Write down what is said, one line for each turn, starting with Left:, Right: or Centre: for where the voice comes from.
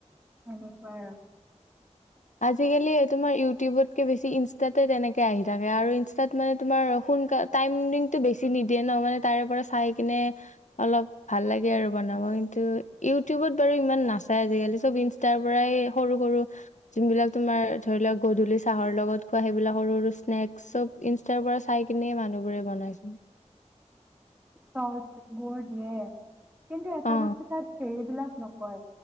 Right: এনেকুৱা আৰু।
Left: আজিকালি তোমাৰ ইউটিউবতকে বেছি ইনষ্টাতে তেনেকে আহি থাকে । আৰু ইনষ্টাত মানে তোমাৰ সোনকাল- টাইমিঙটো বেছি নিদিয়ে ন', মানে তাৰ পৰা চাই কিনে অলপ ভাল লাগে আৰু বনাব । কিন্তু ইউটিউবত বাৰু ইমান নাচায় আজিকালি। সব ইনষ্টাৰ পৰাই সৰু - সৰু যোনবিলাক তোমাৰ ধৰি লওঁক, গধূলি চাহৰ লগত খোৱা, সেইবিলাক সৰু সৰু স্নেক, চব ইনষ্টাৰ পৰা চাই কিনে মানুহবোৰে বনাইচোন।
Right: চ'ৰ্ট্ছবোৰ দিয়ে। কিন্তু এটা
Left: অ
Right: বস্তু তাত হেৰিবিলাক নক হয়।